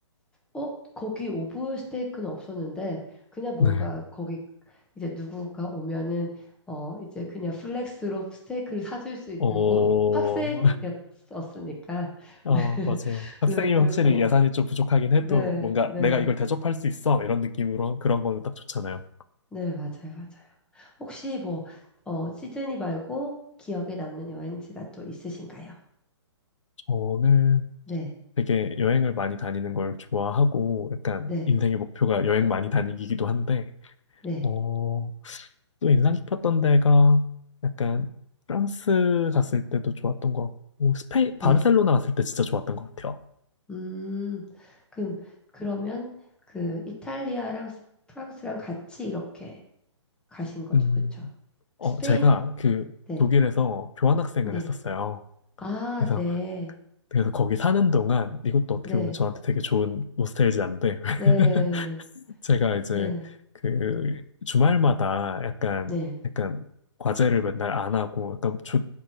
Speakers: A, in the centre; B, on the left.
A: 어, 거기 오브 스테이크는 없었는데, 그냥 뭔가
B: 네.
A: 거기 이제 누구가 오면은, 어, 이제 그냥 플렉스로 스테이크를 사줄 수 있는
B: 어,
A: 곳? 학생이었으니까.
B: 아,
A: <laughs>
B: 맞아요. 학생이면
A: 네, 그랬던
B: 확실히
A: 거.
B: 예산이 좀 부족하긴 해도
A: 네,
B: 뭔가
A: 네,
B: 내가 이걸 대접할 수 있어. 이런 느낌으로 그런 거는 딱 좋잖아요.
A: 네, 맞아요, 맞아요. 혹시 뭐, 어, 시드니 말고 기억에 남는 여행지가 또 있으신가요?
B: 저는
A: 네,
B: 되게 여행을 많이 다니는 걸 좋아하고 약간
A: 네,
B: 인생의 목표가 여행 많이 다니기이기도 한데,
A: 네,
B: 어, 또 인상 깊었던 데가 약간 프랑스 갔을 때도 좋았던 것 같고 스페인
A: 네.
B: 바르셀로나 갔을 때 진짜 좋았던 것 같아요.
A: 음, 그럼, 그러면 그 이탈리아랑 스- 프랑스랑 같이 이렇게 가신 거죠.
B: 음,
A: 그쵸?
B: 어,
A: 스페인?
B: 제가 그
A: 네.
B: 독일에서 교환학생을
A: 네.
B: 했었어요.
A: 아,
B: 그래서
A: 네.
B: 그래서 거기 사는 동안 이것도 어떻게
A: 네.
B: 보면 저한테 되게 좋은 노스텔지아인데 <laughs>
A: 네.
B: 제가 이제
A: 네.
B: 그 주말마다 약간
A: 네.
B: 약간 과제를 맨날 안 하고 약간 조,